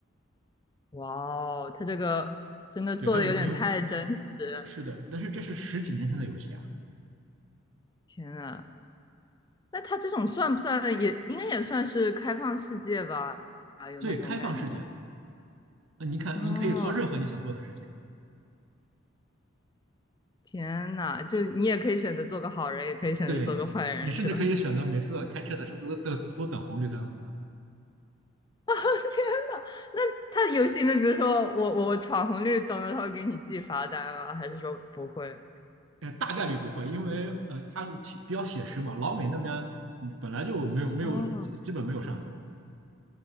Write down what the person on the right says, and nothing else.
对，还有牛，是的，但是这是十几年前的游戏啊，
对，开放世界，那你看你可以做任何你想做的事情，
对你甚至可以选择每次开车的时候都都都等红绿灯。
呃，大概率不会，因为呃，它其比较写实嘛。老美那边嗯本来就没有没有基基本没有摄像头。